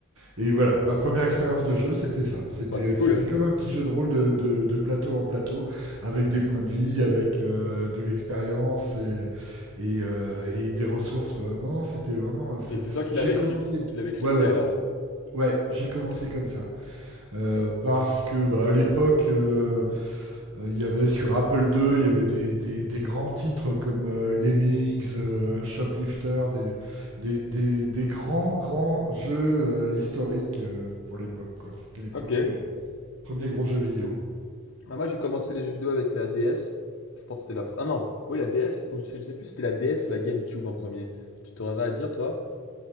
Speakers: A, on the right; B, on the left.
A: Et voilà, ma première expérience de jeu, c'était ça. C'était,
B: bah c'est
A: c'était
B: cool.
A: comme un petit jeu de rôle de, de, de plateau en plateau, avec des points de vie, avec euh, de l'expérience et, et, euh, et, des ressources, quoi. Non, non, c'était vraiment. c'est-
B: Et c'est
A: c'est-
B: toi qui
A: j'ai
B: l'avais
A: commencé.
B: cryp- qui l'avais crypté
A: Ouais, ouais.
B: alors.
A: Ouais, j'ai commencé
B: Ok.
A: comme ça. Euh, parce que bah, à l'époque, euh, euh, Il y avait sur Apple II, il y avait des, des, des grands titres comme euh, Lemmings, euh, Shoplifter, des, des, des, des grands, grands jeux euh, historiques euh, pour l'époque. quoi. C'était les premiers,
B: Ok.
A: premiers gros jeux vidéo.
B: Bah, moi j'ai commencé les jeux vidéo avec la DS. Je pense que c'était la... pre- Ah non, oui la DS, ou je sais, je sais plus si c'était la DS ou la GameCube en premier. Tu t'aurais à dire toi?